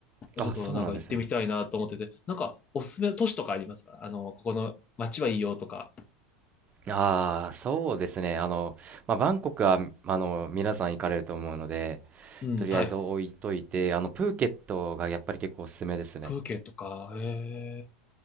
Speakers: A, on the right; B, on the left.
A: あ、
B: ちょっとなんか行ってみたいなと思ってて、
A: そうなんですね。
B: なんかおすすめの都市とかありますかあの、ここの街はいいよとか。
A: ああ、そうですね。あの、まあ、バンコクは、あの、皆さん行かれると思うので、
B: うん、
A: とりあえず置いといて、
B: はい。
A: あの、プーケットがやっぱり結構おすすめですね。
B: 風景とか、ええ、